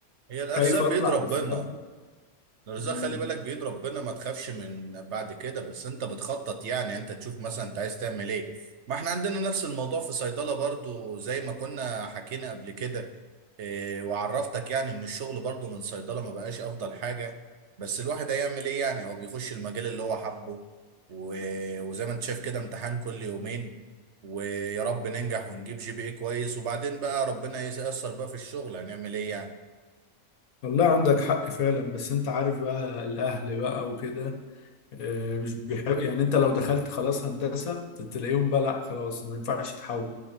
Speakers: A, on the right (about 55°); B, on the left (about 75°).
A: هي الارزاق
B: خايف
A: بيد
B: اطلع
A: ربنا
B: بصراحة
A: الرزاق
B: مم.
A: خلي بالك بيد ربنا ما تخافش من بعد كده بس انت بتخطط يعني انت تشوف مثلا انت عايز تعمل ايه ما احنا عندنا نفس الموضوع في صيدلة برضو زي ما كنا حكينا قبل كده اه وعرفتك يعني ان الشغل برضو من صيدلة ما بقاش افضل حاجة بس الواحد هيعمل ايه يعني هو بيخش المجال اللي هو حبه و- وزي ما انت شايف كده امتحان كل يومين ويا رب ننجح ونجيب جي بي اي كويس وبعدين بقى ربنا ييسر بقى في الشغل هنعمل ايه يعني
B: والله عندك حق فعلا بس انت عارف بقى الاهل بقى وكده آه، مش بيحب يعني انت لو دخلت خلاص هندسة تلاقيهم بقى لا خلاص ما ينفعش تحول